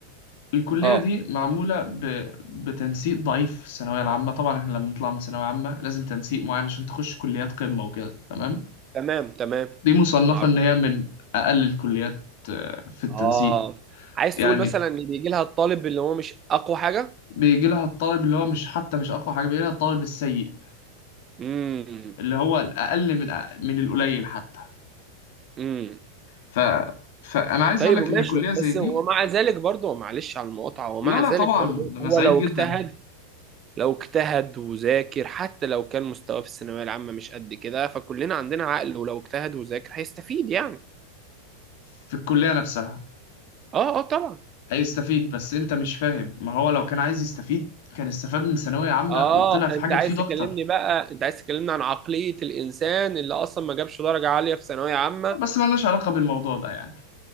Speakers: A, on the left; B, on the right.
A: الكلية
B: اه
A: دي معمولة ب... بتنسيق ضعيف في الثانوية العامة طبعا احنا لما نطلع من ثانوية عامة لازم تنسيق معين عشان تخش كليات قمة وكده تمام
B: تمام تمام
A: دي مصنفة
B: معروف
A: ان هي من اقل الكليات آه، في التنسيق
B: اه عايز
A: يعني
B: تقول مثلا ان بيجي لها الطالب اللي هو مش اقوى حاجه
A: بيجي لها الطالب اللي هو مش حتى مش اقوى حاجة بيجي لها الطالب السيء
B: امم
A: اللي هو الاقل من أ- من القليل حتى
B: امم
A: ف... فانا عايز
B: طيب
A: اقول لك
B: ماشي
A: ان كلية زي
B: بس
A: دي
B: ومع ذلك برضه معلش على المقاطعه ومع
A: لا
B: ذلك
A: لا طبعا
B: برضه
A: انا
B: هو
A: سعيد
B: لو
A: جدا
B: اجتهد لو اجتهد وذاكر حتى لو كان مستواه في الثانويه العامه مش قد كده فكلنا عندنا عقل ولو اجتهد وذاكر هيستفيد يعني
A: في الكلية نفسها
B: اه اه طبعا
A: هيستفيد بس انت مش فاهم ما هو لو كان عايز يستفيد كان استفاد من ثانوية عامة
B: اه
A: وطلع في
B: انت
A: حاجة
B: عايز
A: تفيد
B: تكلمني
A: اكتر
B: بقى انت عايز تكلمني عن عقليه الانسان اللي اصلا ما جابش درجه عاليه في ثانويه عامه اه
A: بس ملناش علاقة بالموضوع ده يعني